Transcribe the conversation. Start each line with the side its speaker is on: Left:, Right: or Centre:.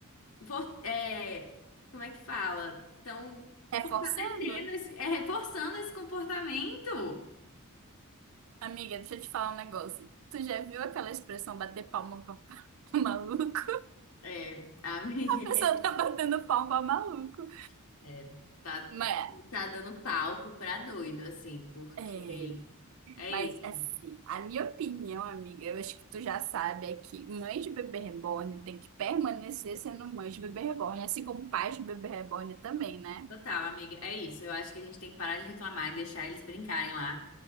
Left: for- é, como é que fala? Estão
Right: reforçando.
Left: fortalecendo esse, é, reforçando esse comportamento.
Right: Amiga, deixa eu te falar um negócio. Tu já viu aquela expressão bater palma pra <laughs> maluco?
Left: É, amiga,
Right: A pessoa tá batendo palma pra maluco.
Left: <laughs> é, tá,
Right: Mas,
Left: tá dando palco pra doido, assim, porque
Right: é,
Left: é
Right: mas
Left: isso.
Right: assim, a minha opinião, amiga, eu acho que tu já sabe, é que mãe de bebê reborn tem que permanecer sendo mãe de bebê reborn, assim como pai de bebê reborn também, né?
Left: Total, amiga, é isso. Eu acho que a gente tem que parar de reclamar e deixar eles brincarem lá,